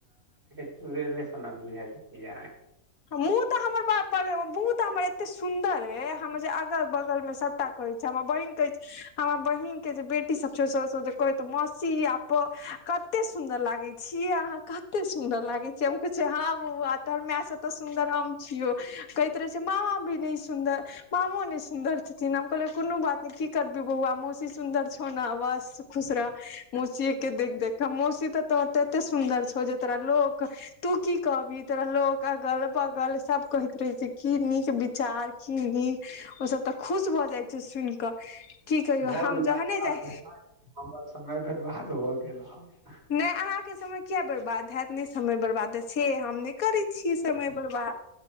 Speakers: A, on the right; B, on the left.
A: तुरले सोना बुझााय त पिै ह
B: मुँह तऽ हमर बाप बड़ हमर एते सुन्दर हे हम जे अगल बगल में सबटा कहै छी हमर बहिन कहै छी हमर बहिन के बेटी सब छै स कह मौसी आ कते सुंन्दर लागे छीयै अहाँ कते सुंन्दर लागे छै हम कहै छियै हँ बौआ कतयै ह ब तराय सब सुन्दर हम छिय कहैत रहे छ मामा भी नहि सुन्दर मामो नहि सुन्दर छथिेन हम कहलियै कोनो कोनो बात नहि की करबी बौआ मौसी सुन्दर छौ ने बस खुश रह मौसी के देख देख मौसी तऽ तोहर एते सुन्दर छौ जे तोरा लोक तू की कहबिी तोरा लोक अगल बगल सब कहैत रहे छै की नीक विचार की नीक ओ सब ते खुश ब ऽ जाइ छै सुन कऽ की कहियौ
A: भऽ
B: हम
A: गेल
B: जहने जाइ
A: समय बर्बाद भऽ गेल आब <unintelligible>
B: नहि अहाँके समय किया बर्बाद हैत नहि समय बर्बाद तऽ से हम नहि करैत छियै समय बर्बाद